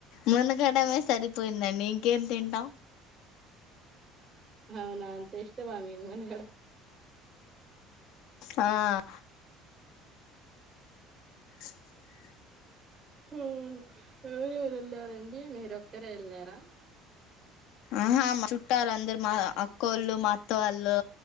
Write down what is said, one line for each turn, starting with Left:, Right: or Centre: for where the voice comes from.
Left: మునుగడమే సరిపోయిందండి నీ గేమ్ తింటా
Right: అవునా అంత ఇష్టమా మికు మన
Left: ఆ <inaudible>
Right: హ ఎవరెవరు వెళ్ళారండి మీరు ఒక్కరే వెళ్ళారా
Left: ఆహా మా చుట్టారు అందరు మా అక్కో వాళ్ళు మా అత్త వాళ్ళు